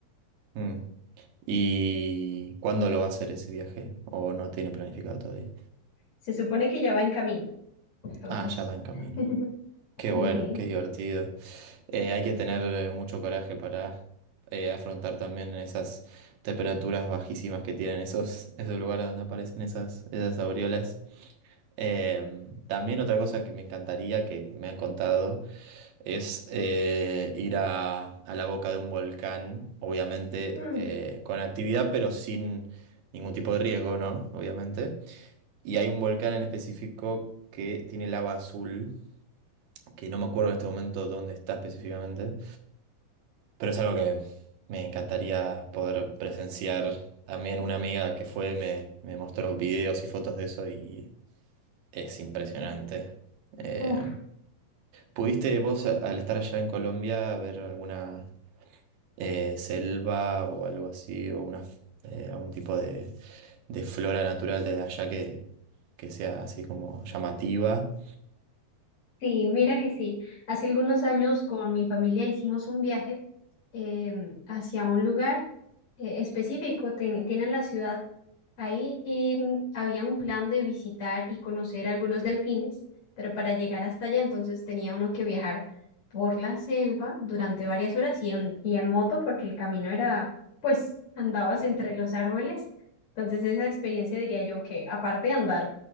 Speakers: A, on the right; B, on the left.
A: mm. ¿Y cuándo lo va a hacer ese viaje? ¿O no tiene planificado todavía?
B: Se supone que ya va en camino, entonces.
A: Ah, ya va en camino.
B: <laughs>
A: Qué
B: Sí,
A: bueno,
B: sí.
A: qué divertido. Eh, hay que tener eh, mucho coraje para eh, afrontar también esas temperaturas bajísimas que tienen esos, esos lugares donde aparecen esas, esas aureolas. Eh, también otra cosa que me encantaría, que me han contado, es eh, ir a, a la boca de un volcán, obviamente
B: Mm.
A: eh, con actividad, pero sin ningún tipo de riesgo, ¿no? Obviamente. Y hay un volcán en específico que tiene lava azul, que no me acuerdo en este momento dónde está específicamente, pero es algo que me encantaría poder presenciar. También una amiga que fue me, me mostró videos y fotos de eso y es impresionante. Eh,
B: <laughs> Uf,
A: ¿Pudiste vos, al estar allá en Colombia, ver alguna eh, selva o algo así, o una, f- eh, algún tipo de, de flora natural de allá que, que sea así como llamativa.
B: Sí, mira que sí. Hace algunos años con mi familia hicimos un viaje em, hacia un lugar eh, específico. Ten- tienen la ciudad ahí y mm, había un plan de visitar y conocer algunos delfines, pero para llegar hasta allá entonces tenía uno que viajar por la selva durante varias horas y en, y en moto porque el camino era, pues, andabas entre los árboles. Entonces esa experiencia diría yo que aparte de andar